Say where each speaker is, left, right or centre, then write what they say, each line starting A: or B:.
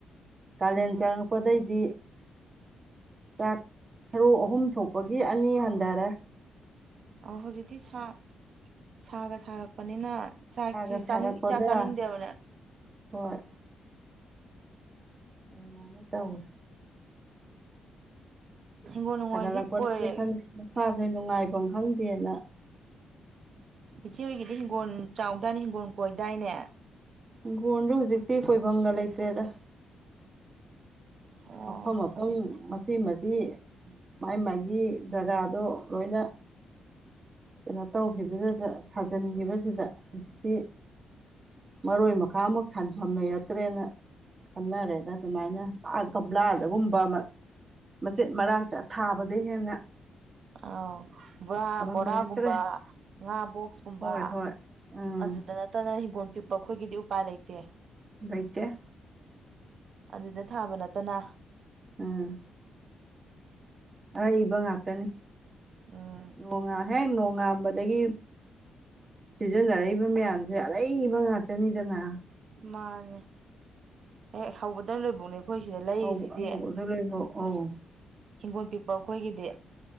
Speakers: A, on the right; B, on the right.
A: ꯀꯥꯂꯦꯟ
B: ꯑꯣ
A: ꯆꯪ ꯄꯗꯩꯗꯤ ꯆꯥꯛ ꯁꯔꯨꯛ ꯑꯍꯨꯝ ꯊꯣꯛꯄꯒꯤ ꯑꯅꯤ ꯍꯟꯗꯔꯦ
B: ꯑ ꯍꯧꯖꯤꯛꯇꯤ ꯁꯥ ꯁꯥꯒ ꯁꯥꯔꯛꯄꯅꯤꯅ ꯆꯥꯛꯁꯤ
A: ꯁꯥꯒ
B: ꯆꯥꯅꯤꯡ
A: ꯁꯥꯔꯛꯄꯒ
B: ꯏꯆꯥ ꯆꯥꯅꯤꯡꯗꯦꯕꯅꯦ
A: ꯍꯣꯏ ꯑꯗꯨꯃꯥꯏꯅ ꯇꯧꯋꯦ
B: ꯍꯤꯡꯒꯣꯜ ꯅꯨꯡꯒꯣꯜꯗꯤ
A: ꯁꯥꯒꯠꯂꯛꯄꯅꯅꯤ
B: ꯀꯣꯏ
A: ꯈꯪꯗꯦ ꯃꯁꯥꯁꯦ ꯅꯨꯡꯉꯥꯏꯐꯝ ꯈꯪꯗꯦꯅ
B: ꯏꯆꯦ ꯍꯣꯏꯒꯤꯗꯤ ꯍꯤꯡꯒꯣꯟ ꯆꯥꯎꯗꯥꯏꯅꯦ ꯍꯤꯡꯒꯣꯟ ꯀꯣꯏꯗꯥꯏꯅꯦ
A: ꯍꯪꯈꯣꯟꯖꯨ ꯍꯧꯖꯤꯛꯇꯤ ꯀꯣꯏꯕꯝꯒ ꯂꯩꯇ꯭ꯔꯦꯗ
B: ꯑꯣ
A: ꯃꯐꯝ ꯃꯐꯝ
B: ꯍꯧꯖꯤꯛ
A: ꯃꯆꯤ ꯃꯆꯤ ꯃꯥꯏ ꯃꯥꯒꯤ ꯖꯒꯥꯗꯣ ꯂꯣꯏꯅ ꯀꯩꯅꯣ ꯇꯧꯈꯤꯕꯗꯨꯗ ꯁꯥꯖꯟꯒꯤꯕꯁꯤꯗ ꯍꯧꯖꯤꯛꯇꯤ ꯃꯔꯣꯏ ꯃꯀꯥ ꯑꯝꯃꯨꯛ ꯊꯥꯡꯐꯝ ꯂꯩꯔꯛꯇ꯭ꯔꯦꯅ ꯈꯟꯅꯔꯦꯗ ꯑꯗꯨꯃꯥꯏꯅ ꯄꯥꯛ ꯀꯝꯂꯥꯗꯒꯨꯝꯕ ꯃ ꯃꯆꯦꯠ ꯃꯔꯥꯡꯇ ꯊꯥꯕꯗꯩ ꯍꯦꯟꯅ
B: ꯑꯥꯎ ꯕꯣꯔꯥ
A: ꯊꯥꯐꯝ
B: ꯕꯣꯔꯥꯒꯨꯝꯕ
A: ꯂꯩꯔꯛꯇ꯭ꯔꯦ
B: ꯉꯥ ꯕꯣꯛꯁꯀꯨꯝꯕ
A: ꯍꯣꯏ ꯍꯣꯏ ꯎꯝ
B: ꯑꯗꯨꯗ ꯅꯠꯇꯅ ꯍꯤꯡꯒꯣꯜ ꯄꯤꯛꯄ ꯑꯩꯈꯣꯏꯒꯤꯗꯤ ꯎꯄꯥꯏ ꯂꯩꯇꯦ
A: ꯂꯩꯇꯦ
B: ꯑꯗꯨꯗ ꯊꯥꯕ ꯅꯠꯇꯅ
A: ꯎꯝ ꯑꯔꯩꯕ ꯉꯥꯛꯇꯅꯤ
B: ꯎꯝ
A: ꯅꯣꯡꯉꯥ ꯍꯦꯛ ꯅꯣꯡꯉꯥꯟꯕꯗꯒꯤ ꯁꯤꯖꯤꯟꯅꯔꯛꯏꯕ ꯃꯌꯥꯝꯁꯦ ꯑꯔꯩꯕ ꯉꯥꯛꯇꯅꯤꯗꯅ
B: ꯃꯥꯅꯦ ꯍꯦꯛ ꯍꯧꯕꯗꯩ ꯂꯣꯏꯕꯧꯅꯦ ꯑꯩꯈꯣꯏ ꯁꯤꯗ ꯂꯩꯔꯤꯁꯤꯗꯤ
A: ꯍꯧꯕꯗ ꯂꯣꯏꯐꯥꯎ ꯑꯧ
B: ꯍꯤꯡꯒꯣꯟ ꯄꯤꯛꯄ ꯑꯩꯈꯣꯏꯒꯤꯗꯤ